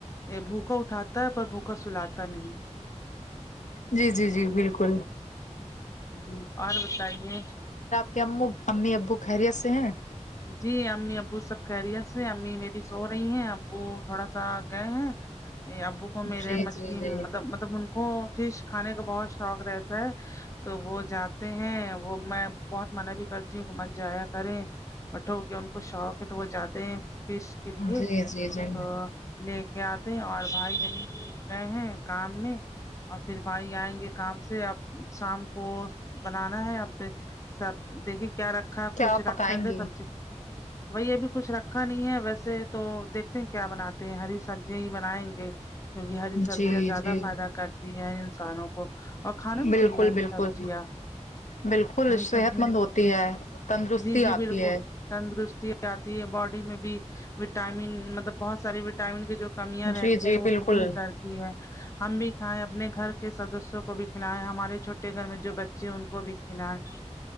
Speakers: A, on the left (about 25°); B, on the left (about 85°).
A: بھوکا اٹھاتا ہے پر بھوکا سلاتا نہیں
B: جی جی جی بالکل
A: جی اور بتائیے
B: کہ ہم امی ابو خھری آسے ہیں
A: جی امی ابو سب کہہریی سے امی میری سو رہی ہیں ابو تھوڑا سا گئے ہیں یہ ابو کو میرے
B: جی
A: مچھلی
B: جی
A: مطلب مطلب ان کو فش کھانے کا بہت شوق رہتا تو وہ جاتے ہیں وہ میں بہت منع بھی کرتی ہوں کہ من جایا کریں مٹھا ہو گیا ان کو شوق ہے تو وہ جاتے ہیں فش کے لیے
B: جی جی جی
A: تو لے کے آتے ہیں اور بھائی بب گئے ہیں کام میں اور پھر بھائی آئیں گے کام سے اب شام کو بنانا ہے اب سب دیکھیے کیا رکھا
B: کیا
A: کچھ
B: پکائیں
A: رکھا ہے گ
B: گی
A: سبزی وہی ابھی کچھ رکھا نہیں ہے ویسے تو دیکھتے ہیں کیا بناتے ہیں ہری سبزیاں ہی بنائیں گے کیونکہ ہری سبزیاں
B: جی
A: زیادہ
B: جی
A: فائدہ کرتی ہیں انسانوں کو اور کھانا بھی
B: بالکل
A: چاہیے ہری
B: بالکل
A: سبزیاں
B: بالکل
A: ہری
B: صحت
A: سبزیاں
B: مند ہوتی ہے تندرستی
A: جی جی
B: آتی
A: بالکل
B: ہے
A: تندرستی آتی ہے باڈی میں بھی وٹامن مطلب بہت سارے وٹامن کے جو کمیاں رہتی
B: جی جی
A: ہیں وہ
B: بالکل
A: پوری کر ہم بھی کھیں اپنے گھر کے سدسوں کو بھی کھلیں ہمارے چھوٹے چھوٹے گھر میں جو بچے ہیں ان کو بھی کناا ہے